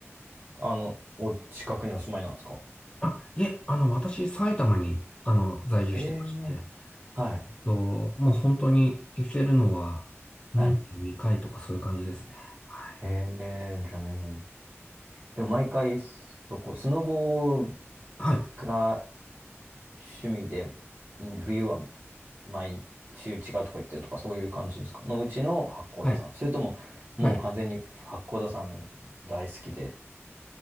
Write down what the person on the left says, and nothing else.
あ、いえ、あの、私、埼玉に、あの、在住してまして、
と、もう本当に行けるのは年に2回とかそういう感じですね。
はい。
はい。
はい。
はい。